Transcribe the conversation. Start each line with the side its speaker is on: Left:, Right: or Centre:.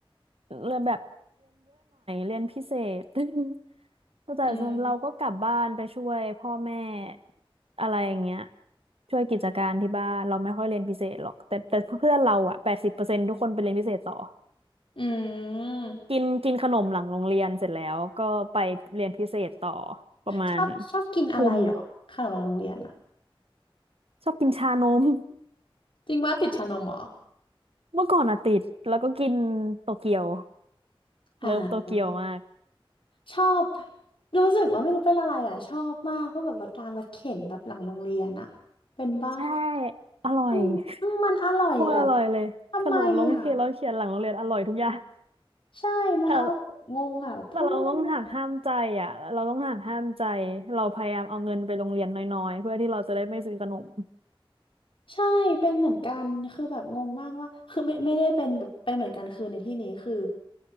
Right: เรียนแบบ เป็นพิเศษ <laughs> แต่เราก็กลับบ้านไปช่วยพ่อแม่
Left: อืม
Right: อะไรอย่างเงี้ยช่วยกิจการที่บ้านเราไม่ค่อยเรียนพิเศษหรอกแต่แต่เพื่อนเราอะแปดสิบเปอร์เซ็นต์ทุกคนไปเรียนพิเศษต่อ
Left: อืม
Right: กินกินขนมหลังโรงเรียนเสร็จแล้วก็ไปเรียนพิเศษต่อประมาณ
Left: ชอบชอบกินอะไรเหรอขนมโรงเรียนอะ
Right: ทุ่มชอบกินชานม
Left: จริงว่าติดชานมเหรอ
Right: <laughs> เมื่อก่อนอะติดแล้วก็กินโตเกียว
Left: อ่า
Right: เลิฟโตเกียวมาก
Left: ชอบรู้สึกว่าไม่รู้เป็นอะไรอ่ะชอบมากเพราะแบบรถการรถเข็นแบบหลังโรงเรียนอ่ะเป็นป่ะ
Right: ใช่อร่อย
Left: มัน
Right: <laughs>
Left: มันอร่อยแบบ
Right: โคตรอร่อยเลยขนมโรงเรียนเราเขียนหลังโรงเรียนอร่อยทุกอย่าง
Left: ทำไมอ่ะใช่มันอร่อยแบบงงอ่ะแบบทำไมอ่ะ
Right: แต่ แต่เราต้องหักห้ามใจอ่ะเราต้องหักห้ามใจ เราพยายามเอาเงินไปโรงเรียนน้อยๆเพื่อที่เราจะได้ไม่ซื้อขนม
Left: ใช่เป็นเหมือนกันคือแบบงงมากว่าคือไม่ไม่ได้เป็นแบบเป็นเหมือนกันคือในที่นี้คือ